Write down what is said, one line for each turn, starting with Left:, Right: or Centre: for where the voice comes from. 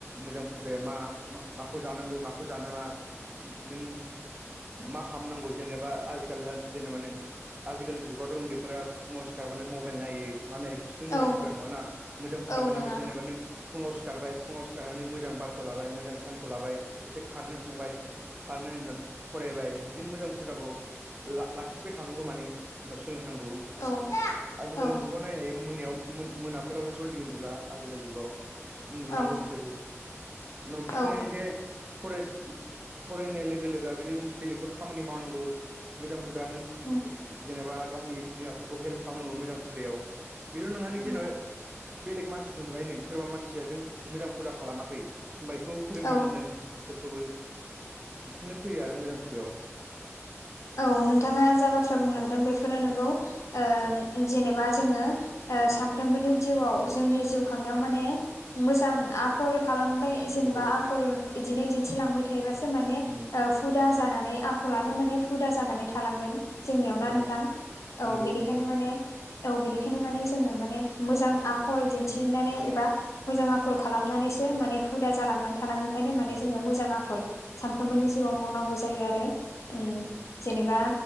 Right: मोजां हुदाया मा माखौ जानांगौ माखौ जानाङा नों मा खालामनांगौ जेनेबा आजिखालना जेनेबा नों आजिखालिनि जुग गथ' उन्दैफोरा फुङाव सिखारबानो मबाइल नायो मा नाम बिसथ मोजां
Left: औ
Right: हुदा नङा ना मोजां फुदा
Left: औ
Right: माने
Left: नङा
Right: होनबा जेनेबा नों फुङाव सिखारबाय फुङाव सिखारनानै मोजां बारखौ लाबाय मोजां सानखौ लाबाय एसे खारनो थांबाय खारनाय फरायबाय बिदि मोजां हुदाखौ लाखिबाय थानांगौ मानि सोलोंनांगौ
Left: औ
Right: आजिखालि
Left: औ
Right: जुगाव नायनाय मोनायाव मोनाफोराबो जल्दि उन्दुला आजिखालि जुगाव उन्दुनांगौ
Left: औ
Right: बिसोरखौ उनाव बिदिनो
Left: औ
Right: एसे <unintelligible> फरायनाय लोगो लोगो बि ननो बेलेगबो खामानि मावनांगौ मोजां हुदा नों
Left: उम
Right: जेनेबा गावनि बिमा बिफाखौ हेल्प खालामनांगौ मोजां हुदायाव बेल' नङा
Left: उम
Right: जेनेबा बेलेग मानसिखौ नुबाय नों सोरबा मानसिया जों मोजां फुदा खालामाखै होमबा इखौ फोरोंनांगोन
Left: औ
Right: नों बिसोरखौबो बिसोरनो फैयो आरो मोजां हुदायाव
Left: औ नोंथाङा जा बाथ्रा बुंलांदों
Right: औ
Left: बेफोरो नोंगौ ओ
Right: उम
Left: जेनेबा जोंङो सानफ्रोमबोनि जिउआव जोंनि जिउ खांनायाव माने मोजां आखल खालामबाय जेनेबा
Right: औ
Left: आखल बिदिनो दिन्थिलांबाय थायोबासो माने
Right: उम
Left: हुदा जानानै आखलानो माने हुदा जानानै थालांगोन जोंनियाव ना
Right: औ
Left: नोंथां औ
Right: नंगौ
Left: बेनिखायनो
Right: नोंथां
Left: माने औ बेनिखायनो माने जोंङो माने मोजां आखल दिन्थिनानै
Right: उम
Left: एबा मोजां आखल खालामनानैसो
Right: औ
Left: माने हुदा जालांनानै थालाङो ओंखायनो माने
Right: उम
Left: जोङो मोजां आखल सानफ्रोमबोनि
Right: उम
Left: जिउआव मावनांगौ जायो आरो ओम
Right: उम
Left: जेनेबा